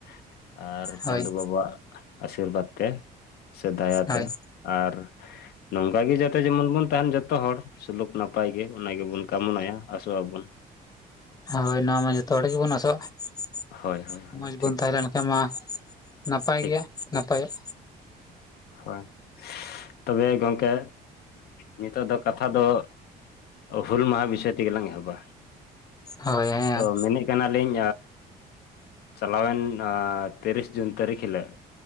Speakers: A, on the left; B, on the left.
A: ᱾ ᱟᱨ
B: ᱦᱳᱭ
A: ᱪᱟᱸᱫᱳ ᱵᱟᱵᱟ ᱟᱜ ᱟᱥᱤᱨᱵᱟᱫᱽ ᱛᱮ ᱥᱮ ᱫᱟᱭᱟᱛᱮ
B: ᱦᱳᱭ
A: ᱟᱨ ᱱᱚᱝᱠᱟ ᱜᱮ ᱡᱟᱛᱮ ᱡᱮᱢᱚᱱ ᱵᱚᱱ ᱛᱟᱦᱮᱱ ᱡᱷᱚᱛᱚ ᱦᱚᱲ ᱾ ᱥᱩᱞᱩᱠ ᱱᱟᱯᱟᱭ ᱜᱮ ᱚᱱᱟ ᱜᱮᱵᱚᱱ ᱠᱟᱢᱚᱱᱟᱭᱟ ᱟᱥᱚᱜ ᱟᱵᱚᱱ
B: ᱦᱳᱭ ᱱᱚᱣᱟ ᱢᱟ ᱡᱷᱚᱛᱚ ᱦᱚᱲ ᱜᱮᱵᱚᱱ ᱟᱥᱚᱜᱼᱟ ᱾
A: ᱦᱳᱭ ᱦᱳᱭ ᱦᱳᱭ
B: ᱢᱚᱡᱽ ᱵᱚᱱ
A: ᱴᱷᱤᱠ
B: ᱛᱟᱦᱮᱸᱞᱮᱱᱠᱷᱟᱱ ᱢᱟ ᱱᱟᱯᱟᱭ
A: ᱴᱷᱤᱠ
B: ᱜᱮ ᱱᱟᱯᱟᱭᱚᱜ
A: ᱦᱳᱭ ᱛᱚᱵᱮ ᱜᱚᱢᱠᱮ ᱱᱤᱛᱚᱜ ᱫᱚ ᱠᱟᱛᱷᱟ ᱫᱚ ᱦᱩᱞ ᱢᱟᱦᱟ ᱵᱤᱥᱚᱭ ᱛᱮᱜᱮᱞᱟᱝ ᱮᱦᱚᱵᱟ
B: ᱦᱳᱭ ᱦᱮᱸ
A: ᱛᱚ ᱢᱮᱱᱮᱫ ᱠᱟᱱᱟᱞᱤᱧ ᱪᱟᱞᱟᱣᱮᱱ ᱛᱤᱨᱤᱥ ᱡᱩᱱ ᱛᱟᱹᱨᱤᱠᱷ ᱦᱤᱞᱳᱜ